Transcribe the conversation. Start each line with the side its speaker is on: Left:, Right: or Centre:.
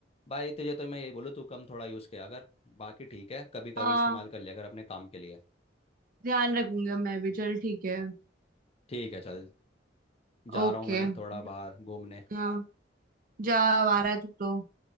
Left: भाई तुझे तो मैं यही बोलूँ तू कम थोड़ा यूज़ किया अगर बाकी ठीक है कभी कभी
Right: हाँ
Left: इस्तेमाल कर लिया अगर अपने काम के लिए
Right: ध्यान रखूंगा मैं भी चल ठीक है
Left: ठीक है चल जा
Right: ओके
Left: रहा हूँ मैं
Right: <laughs>
Left: थोड़ा बाहर घूमने
Right: हाँ जा आ रहा है तू तो